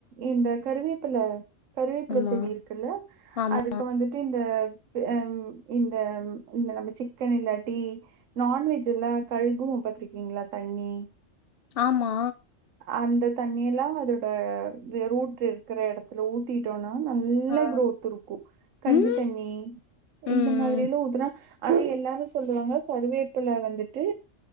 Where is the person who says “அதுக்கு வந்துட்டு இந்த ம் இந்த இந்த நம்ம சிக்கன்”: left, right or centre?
Right